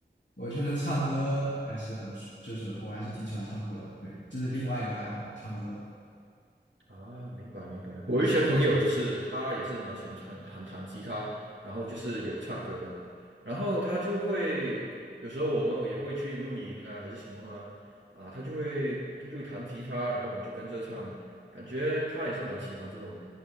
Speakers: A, on the left; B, on the right.
A: 我觉得唱歌还是很，就是我还是挺喜欢唱歌的，对，这是另外一个爱好，唱歌。
B: 啊，明白明白。
A: 对，
B: 我有一些朋友就是他也是蛮喜欢弹弹弹吉他，然后就是有唱歌的，然后他就会有时候我们也会去露营啊，还是什么啊，啊，他就会他就会弹吉他，然后我们就跟着唱，感觉他也是蛮喜欢这种，